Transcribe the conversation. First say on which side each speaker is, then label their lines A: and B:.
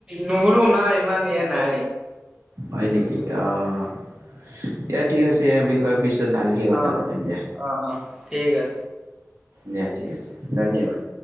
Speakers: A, on the right; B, on the right.
A: নগলেও নাই ইমান ইয়া নাই।
B: হয় নেকি অ', দিয়া ঠিক আছে ইয়াৰ বিষয় পিছত ভালকে কথা
A: অ
B: পাতিম দিয়া।
A: অ অ ঠিক আছে
B: দিয়া ঠিক আছে, ধন্যবাদ।